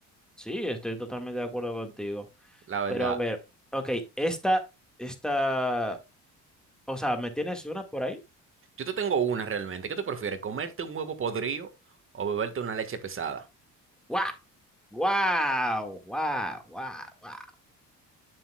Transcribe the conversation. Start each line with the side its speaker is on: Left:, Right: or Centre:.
Centre: Sí, estoy totalmente de acuerdo contigo.
Right: La verdad,
Centre: Pero a ver, ok, esta, esta, o sea, ¿me tienes una por ahí?
Right: yo te tengo una realmente. ¿Qué tú prefieres, comerte un huevo podrido o beberte una leche pesada?
Centre: ¡Guau! ¡Wow! ¡Wow! ¡Wow! ¡Wow!